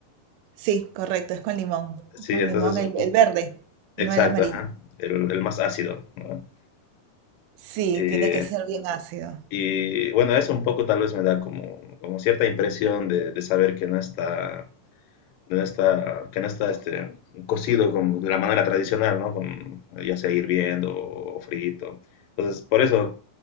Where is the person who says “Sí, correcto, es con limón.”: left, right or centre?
Right